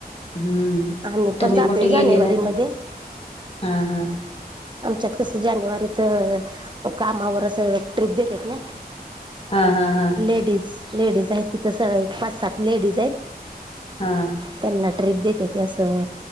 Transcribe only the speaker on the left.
हम्म,
तुम्ही
कुठे
गेलेला
का? हा हा.
हा हा हा
हा